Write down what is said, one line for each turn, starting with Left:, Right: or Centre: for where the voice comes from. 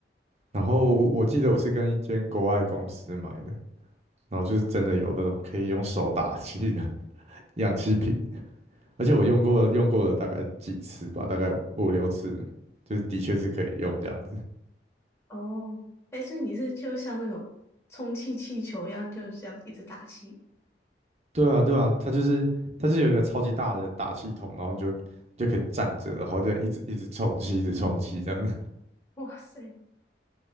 Right: 然后我记得我是跟一间国外公司买的。然后就是真的有那种可以用手打气的 <laughs> 氧气瓶，而且我用过用过了大概几次吧，大概五六次，就是的确是可以用这样子。
Left: 哦，诶，所以你是就像那种充气气球一样，就这样一直打气？
Right: 对啊，对啊，它就是它是有一个超级大的打气筒，然后你就就可以站着，然后就一直一直充气，一直充气这样子。
Left: 哇塞，